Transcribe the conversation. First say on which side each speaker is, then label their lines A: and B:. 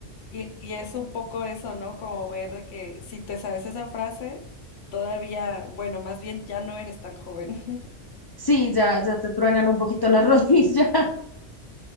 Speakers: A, on the left; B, on the left.
A: y, y es un poco eso, ¿no? Como ver de que si te sabes esa frase, todavía, bueno, más bien ya no eres tan joven. <laughs>
B: Sí, ya, ya te truenan un poquito las <laughs> rodillas.